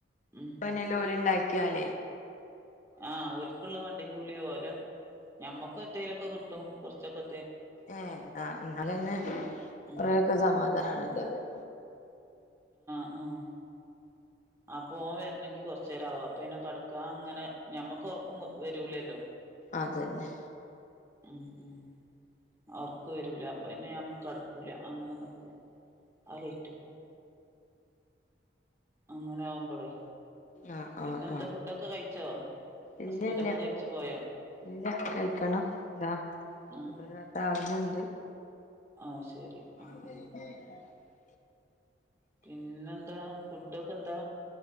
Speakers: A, on the right (about 15°); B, on the left (about 40°).
A: ഉം
B: പ്പനെല്ലേ ഓല് ഇണ്ടാക്കിയാല്
A: ആഹ് ഓല്ക്കുള്ള വണ്ടി കൂലി ഓല് ഞമ്മക്ക് എത്തേലൊക്കെ കിട്ടും കൊറച്ചൊക്കെ
B: ഏഹ് ന്നാ എന്നാലന്നെ
A: ഉം
B: കൊറെയൊക്കെ സമാധാനാണ്
A: ഉം
B: എല്ലാരും
A: ആഹ് അപ്പുമോ വരണെങ്കി കൊറച്ചേരാവും അപ്പൊ പിന്നെ കടക്കാ അങ്ങനെ ഞമ്മക്ക് ഒറക്കും വരൂലല്ലോ
B: അതന്നെ
A: ഉം ഉം അവർക്ക് വരൂല അപ്പ പിന്നെ നമ്മക്ക് കെടുക്കൂല അങ്ങനെ നിക്കും ആ ലെയ്റ്റൊക്കെ അങ്ങനെ ആവുമ്പോളെ
B: ആഹ്
A: പിന്നെന്താ
B: ആഹ് ആഹ്
A: ഫുഡൊക്കെ കഴിച്ചോ?
B: ഇല്ല
A: ഹസ്ബന്റെ
B: ഇല്ല
A: ഒക്കെ കഴിച്ചു പോയോ
B: ഇല്ല കഴിക്കണം ഇതാ
A: ആഹ്
B: ഇതൊരു വട്ടാ ആവുന്നുണ്ട്
A: ആഹ് ശരി
B: <unintelligible>
A: ആഹ് ആഹ് പിന്നെന്താ ഫുഡൊക്കെ എന്താ